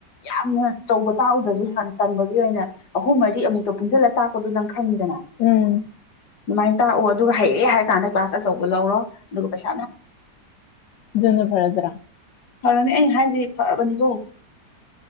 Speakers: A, on the left; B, on the left.
A: ꯌꯥꯝꯅ ꯑꯆꯧꯕ ꯇꯥꯛꯎꯗ꯭ꯔꯁꯨ ꯍꯥꯟꯅ ꯇꯝꯕꯒꯤ ꯑꯣꯏꯅ ꯑꯍꯨꯝ ꯃꯔꯤ ꯑꯃꯨꯛꯇ ꯄꯨꯟꯁꯤꯜꯂ ꯇꯥꯛꯄꯗꯣ ꯅꯪ ꯐꯪꯉꯤꯗꯅ
B: ꯎꯝ
A: ꯑꯗꯨꯃꯥꯏꯅ ꯇꯥꯛꯑꯣ ꯑꯗꯨꯒ ꯍꯌꯦꯑꯡ ꯍꯥꯏꯔ ꯀꯥꯟꯗ ꯀ꯭ꯂꯥꯁ ꯑꯆꯧꯕ ꯂꯧꯔꯣ ꯑꯗꯨꯒ ꯄꯩꯁꯥꯅ
B: ꯑꯗꯨꯅ ꯐꯔꯗ꯭ꯔꯥ
A: ꯐꯔꯅꯤ ꯑꯩ ꯍꯥꯏꯁ ꯐꯔꯕꯅꯤꯀꯣ